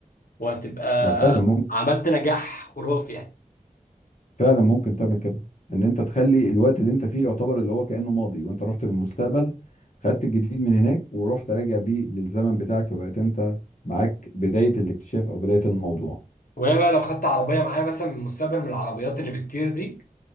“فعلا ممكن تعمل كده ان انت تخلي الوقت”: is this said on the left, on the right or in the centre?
Left